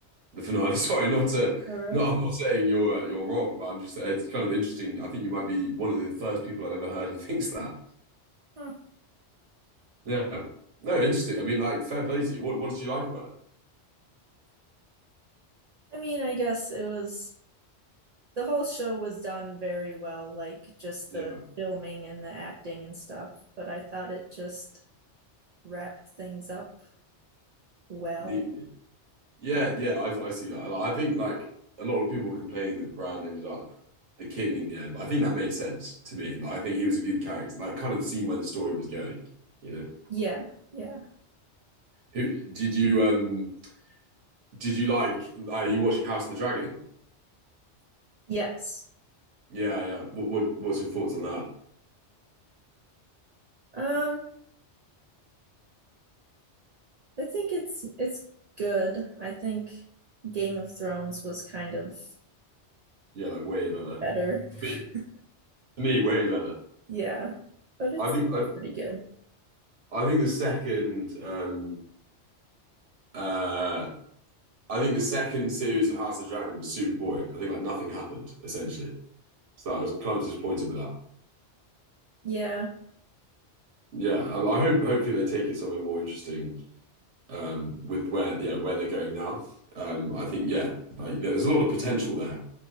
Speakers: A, on the right; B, on the right.
A: The finale. <laughs> Sorry, not to,
B: Oh really?
A: no, I'm not saying you're uh, you're wrong, but I'm just it's kind of interesting. I think you might be one of the first people I've ever heard who <laughs> thinks that.
B: Huh.
A: Yeah. No, interesting. I mean, like, fair play to you. What what did you like about it?
B: I mean, I guess it was the whole show was done very well, like just
A: Yeah,
B: the filming and the acting and stuff, but I thought it just wrapped things up well.
A: neatly. Yeah,
B: Uh,
A: yeah, I I see that. I, I think like a lot of people complain that Bran ended up the king in the end, but I think that made sense to me. Like, I think he was a good character. Like, kind of seen where the story was going. You know,
B: yeah. Yeah.
A: who did you um? Did you like? like Are you watching House of the Dragon?
B: Yes.
A: Yeah, yeah. What, what what's your thoughts on that?
B: Um I think it's it's good. I think Game of Thrones was kind of
A: Yeah, like way better.
B: better. <laughs>
A: me, me, way better.
B: Yeah, but it's
A: I think
B: still
A: I
B: pretty good.
A: I think the second um uh I think the second series of House of the Dragon was super boring. I think like nothing happened essentially. So I was kind of disappointed with that.
B: Yeah,
A: Yeah, I, I hope hopefully they take it somewhere more interesting um with where yeah where they're going now. Um I think yeah, like yeah, there's a lot of potential there,